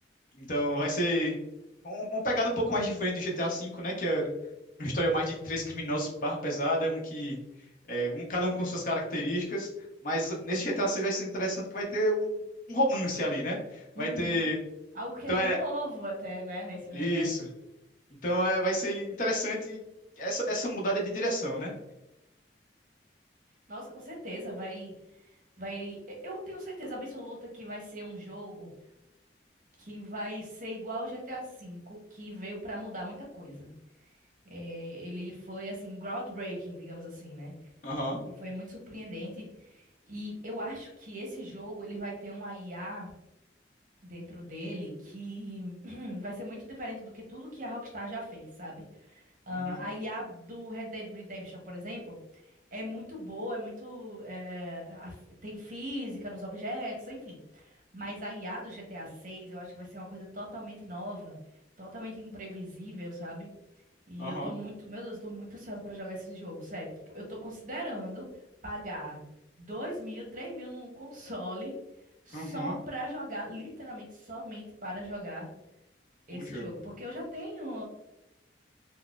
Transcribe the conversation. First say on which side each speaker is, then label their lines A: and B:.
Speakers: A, on the left; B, on the right.
A: Então vai ser um- uma pegada um pouco mais diferente do GTA V, né? Que é uma história mais de três criminosos barra pesada, um que é, um, cada um com suas características. Mas nesse GTA VI vai ser interessante que vai ter um, um romance ali, né?
B: Uhum.
A: Vai ter.
B: Algo que
A: Então
B: é meio
A: é
B: novo até, né, nesse universo.
A: isso. Então é, vai ser interessante essa, essa mudada de direção, né?
B: Nossa, com certeza vai vai eu tenho certeza absoluta que vai ser um jogo que vai ser igual o GTA V, que veio pra mudar muita coisa. É, ele foi assim groundbreaking, digamos assim, né?
A: Aham.
B: Ele foi muito surpreendente e eu acho que esse jogo ele vai ter um IA dentro dele que <clears throat> vai ser muito diferente do que tudo que a Rockstar já fez, sabe? Ah,
A: Uhum.
B: a IA do Red Dead Redemption, por exemplo, é muito boa, é muito. é, a- tem física nos objetos, enfim. Mas a IA do GTA 6, eu acho que vai ser uma coisa totalmente nova, totalmente imprevisível, sabe? E
A: Aham.
B: eu tô muito, meu Deus, eu tô muito ansiosa pra jogar esse jogo, sério. Tipo, eu tô considerando pagar 2 mil, 3 mil num console só
A: Uhum.
B: pra jogar, literalmente somente para jogar esse
A: Um jogo.
B: jogo. Porque eu já tenho